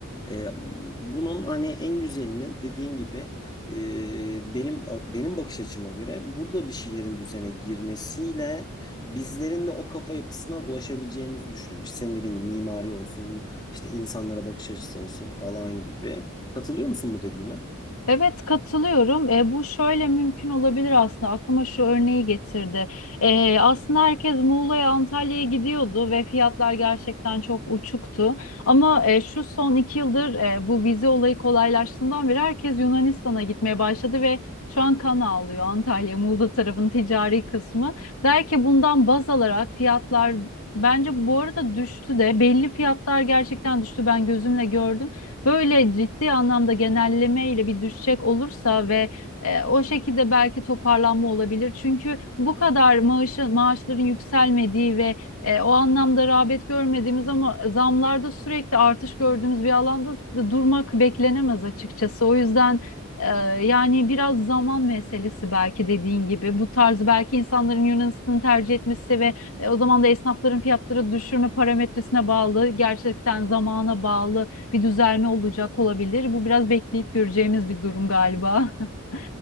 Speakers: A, on the left; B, on the left.
A: Ee, bunun hani en güzelinin dediğin gibi e, benim benim bakış açıma göre burada bir şeylerin düzene girmesiyle bizlerin de o kafa yapısına ulaşabileceğimizi düşünüyorum. İşte senin dediğin gibi mimari olsun, işte insanlara bakış açısı olsun falan gibi. Katılıyor musun bu dediğime?
B: Evet katılıyorum. E, bu şöyle mümkün olabilir aslında. Aklıma şu örneği getirdi. E, aslında herkes Muğla'ya, Antalya'ya gidiyordu ve fiyatlar gerçekten çok uçuktu. Ama e, şu son iki yıldır e, bu vize olayı kolaylaştığından beri herkes Yunanistan'a gitmeye başladı ve şu an kan ağlıyor Antalya, Muğla tarafının ticari kısmı. Der ki bundan baz alarak fiyatlar bence bu arada düştü de belli fiyatlar gerçekten düştü ben gözümle gördüm. Böyle ciddi anlamda genelleme ile bir düşecek olursa ve e, o şekilde belki toparlanma olabilir. Çünkü bu kadar maaşı, maaşların yükselmediği ve e, o anlamda rağbet görmediğimiz ama zamlarda sürekli artış gördüğümüz bir alanda durmak beklenemez açıkçası. O yüzden e, yani biraz zaman meselesi belki dediğin gibi. Bu tarz belki insanların Yunanistan'ı tercih etmesi ve e, o zaman da esnafların fiyatları düşürme parametresine bağlı, gerçekten zamana bağlı bir düzelme olacak olabilir. Bu biraz bekleyip göreceğimiz bir durum galiba. <laughs>